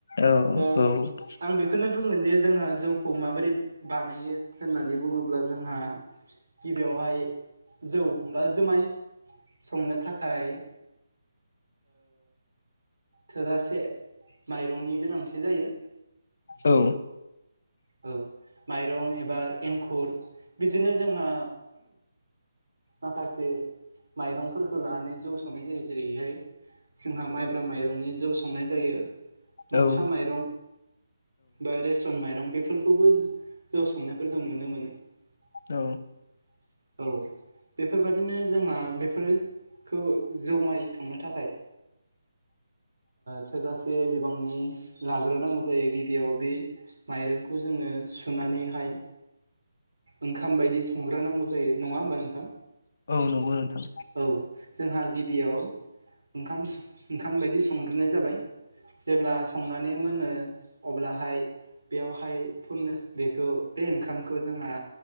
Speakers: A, on the left; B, on the right.
A: औ
B: दा
A: औ
B: आं बेखौनो बुंगोन जे जोंहा जौखौ माबोरै बानायो होननानै बुङोब्ला जोंहा गिबियावहाय जौ बा जुमाय संनो थाखाय थोजासे माइरंनि गोनांथि जायो
A: औ
B: औ माइरं एबा एंखुर बिदिनो जोंहा माखासे माइरंफोरखौ लानानै जौ संनाय जायो जेरैहाय जोंहा माइब्रा माइरंनि जौ संनाय जायो माथा
A: औ
B: माइरं बा रेसन माइरं बेफोरखौबो ज' संनायफोरखौ नुनो मोनो
A: औ
B: औ बेफोरबादिनो जोंहा बेफोरखौ जमाय संनो थाखाय थोजासे बिबांनि लाग्रोनांगौ जायो गिबियाव बे माइरं खौ जोङो सुनानैहाय ओंखाम बायदि संग्र नांगौ जायो नङा होमबा नोंथां।
A: औ नंगौ नोंथां।
B: औ जोंहा गिबियाव ओंखाम ओंखाम बायदि संग्रोनाय जाबाय जेब्ला संनानै मोनो अब्लाहाय बेयावहाय फुननो बेखौ बे ओंखामखौ जोंहा